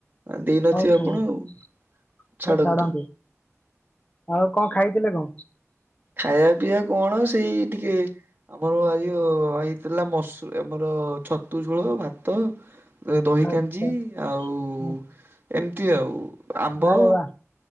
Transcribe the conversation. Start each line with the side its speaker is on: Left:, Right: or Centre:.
Right: ଦେଇନଥିବେ
Left: ହଉ ଛାଡ଼
Right: ଆପଣ ଆଉ
Left: ହଉ
Right: ଛାଡନ୍ତୁ।
Left: ଛାଡ଼ନ୍ତୁ। ଆଉ କଁ ଖାଇଥିଲେ କଁ?
Right: ଖାଇବା ପିଇବା କଣ ସେଇ ଟିକେ ଆମର ଆଜି ହେଇଥିଲା ମସ ଆମର ଛତୁ ଝୋଳ ଭାତ। ଦହି
Left: ଆଚ୍ଛା
Right: କାଞ୍ଜି ଆଉ
Left: ହଁ
Right: ଏମିତି ଆଉ ଆମ୍ବ
Left: ଆରେ ବା